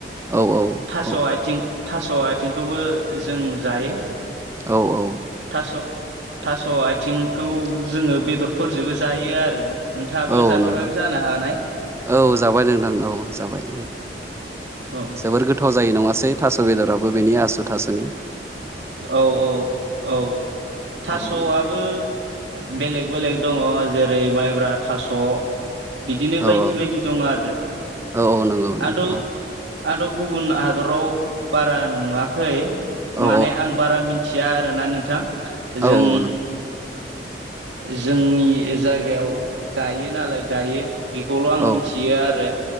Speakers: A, on the right (about 15°); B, on the right (about 85°).
A: औ औ
B: थास'
A: औ
B: आथिं थास' आथिंखौबो जों जायो।
A: औ औ
B: थास' थास' आथिंखौ जोङो बेदरफोरजोंबो जायो आरो नोंथाङाबो
A: औ
B: जाफेरबायबो
A: नोंथां
B: जानो हानाय
A: औ जाबाय नोंथां औ जाबाय।
B: औ
A: जोबोर गोथाव जायो नङासै थास' बेदराबो बेनि आसु थासुनि
B: औ औ औ थास'आबो
A: औ नोंथां
B: बेलेग बेलेग दङ जेरै ओरै माइब्रा थास' बिदिनो बायदि
A: ओ औ
B: बायदि दं आरो
A: औ औ नंगौ नोंथां
B: आंथ'
A: औ
B: आंथ' गुबुन हादराव बारा नुवाखै
A: औ
B: माने आं बारा मिथि या आरोना नोंथां
A: औ
B: जों
A: औ नंगौ
B: जोंनि जायगायाव गायो नालाय गायो बे बे खौल' आं
A: औ
B: मिथियो आरो